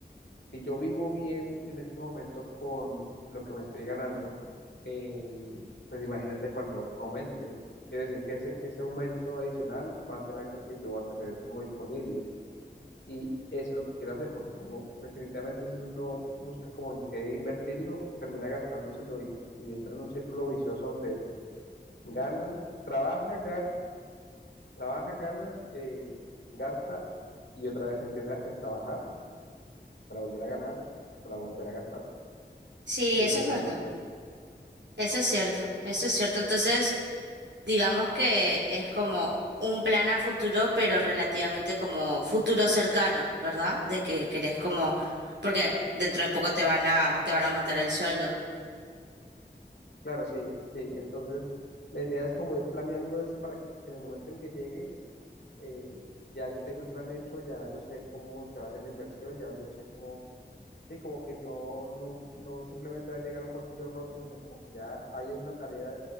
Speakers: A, on the left (about 80°); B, on the right (about 80°).
A: si yo vivo bien en este momento con lo que me estoy ganando, eh, pues imagínate cuando aumente. Quiere decir que ese, ese aumento adicional va a ser algo que yo voy a tener como disponible. Y eso es lo que quiero hacer, porque como definitivamente si uno no busca como en qué invertirlo, termina gastándoselo y, y entra en un círculo vicioso donde gana, trabaja, gana, trabaja, gana, eh, gasta y otra vez empieza en trabajar para volver a ganar, para volver a gastar.
B: Sí,
A: Y
B: eso
A: eso es
B: es
A: lo
B: verdad.
A: que no quiero.
B: Eso es cierto, eso es cierto. Entonces, digamos que es como un plan a futuro, pero relativamente como futuro cercano, ¿verdad? De que querés como,
A: Ajá,
B: porque dentro de poco te van a, te van a aumentar el sueldo.
A: claro, sí, sí. Entonces, la idea es como ir planeando eso para que en el momento en que llegue, eh, ya yo tengo el plan hecho, ya yo sé cómo se va a hacer la inversión, ya yo sé cómo, sí, como que no, no, no simplemente va a llegar un bolsillo roto, sino como que ya hay una tarea